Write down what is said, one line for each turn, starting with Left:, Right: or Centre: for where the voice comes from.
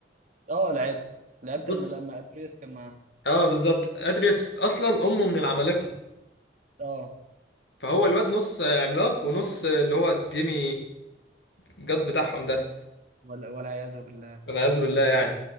Right: اه لعبت لعبت
Left: بص
Right: لما لما اتريس كان معاه
Left: اه بالظبط ادريس اصلا امه من العمالقه
Right: اه
Left: فهو الواد نص عملاق ونص اللي هو الديمي جاد بتاعهم ده
Right: ولا والعياذ بالله
Left: والعياذ بالله يعني